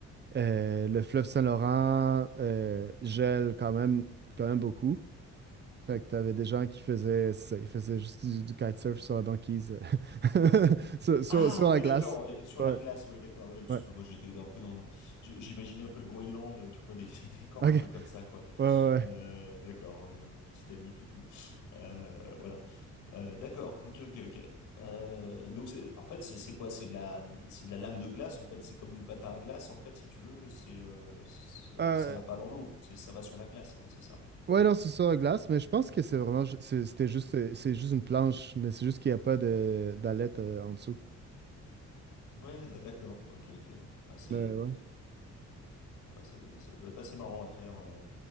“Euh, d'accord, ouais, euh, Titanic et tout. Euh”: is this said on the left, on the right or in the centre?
Left